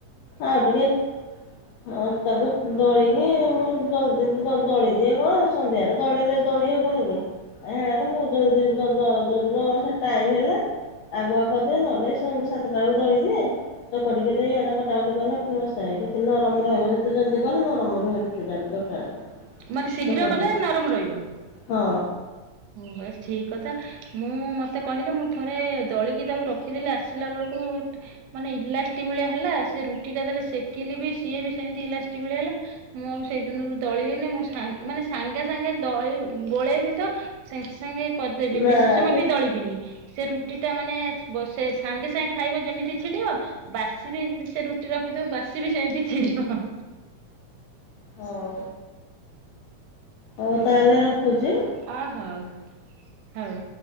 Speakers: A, on the left; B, on the right.
A: ହଁ ଟିକେ ହଁ ଅଟାକୁ ଦଳିକି ମୁଁ ଜଲଦି ଦଳିଦିଏ କଣ ସନ୍ଧ୍ୟାରେ ଦଳିଲେ ଦଳି ହବନିକି ହେରାତ <unintelligible> ଯୋଉଦିନ ଟାଇମ୍ ହେଲା ଆଗୁଆ କରିଦିଏ ନହେଲେ ସଂଧ୍ୟାସାତଟା ବେଳକୁ ଦଳିଦିଏ ଧୂପ ଟିକେ ଦେଇ ଆଡ଼େ କଟାକଟି କଲେ ପୁଣି ବସାଏ କିନ୍ତୁ ନରମ ରହିବ ଯେତେ ଜଲ୍ଦି କଲେ ନରମ ରୁହେ ରୁଟିଟା <unintelligible>
B: ମାନେ ଶୀଘ୍ର
A: ଚକଟିଲେ
B: କଲେ ନରମ ରହିବ
A: ହଁ
B: ବେଶ୍ ଠିକ୍ କଥା। ମୁଁ ମତେ କହିଲେ ମୁଁ ଥରେ ଦଳିକି ତାକୁ ରଖିଦେଲି ଆସିଲା ବେଳକୁ ମାନେ ଇଲାସ୍ଟିକି ଭଳିଆ ହେଲା ସେରୁଟିଟା ଯେତେଳେ ସେକିଲିବି ସିଏବି ସେମିତି ଇଲାସ ଟିକି ଭଳିଆ ହେଲା ମୁଁ ଆଉ ସେଇ ଦିନରୁ ଦଳି ମୁଁ ସାଙ୍ଗେ ମାନେ ସାଙ୍ଗେ ସାଙ୍ଗେ ଦଳି ଗୋଳେଇବିତ ସାଙ୍ଗେ ସାଙ୍ଗେ କରିଦେବି
A: ନା
B: ବେଶୀ ସମୟବି
A: କି
B: ଦଳିବିନି ସେ ରୁ ରୁଟିଟା ମାନେ ସେ ସାଙ୍ଗେ ସାଙ୍ଗେ ଖାଇବ ଯେମିତି ଛିଡିବ ବାସିବି ସେରୁଟି ରଖିଥିବୁ ବାସିବି ସେମିତି ଛିଡ଼ିବ।
A: ହଁ। ହଉ ତାହେଲେ ରଖୁଚି?
B: ଅହୋଉ ହୋଉ।